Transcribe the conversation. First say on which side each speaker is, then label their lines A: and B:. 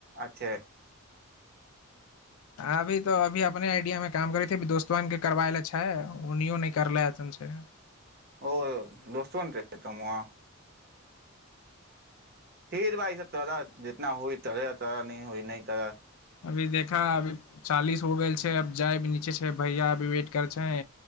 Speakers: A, on the right; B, on the left.
A: अच्छे
B: अभी तो अभी अपने आइडियामे काम करे छैेी दोस्तके करबायले छै उनो नहि करले एसन छै
A: ओ दोस्तव त मह फिर भाइ सब त जितना होइ तर तरा न होइ नहि त
B: अभी देखा अभी चालीस हो गेल छै जाइ भी नीचे छै भैया भी वेट करै छै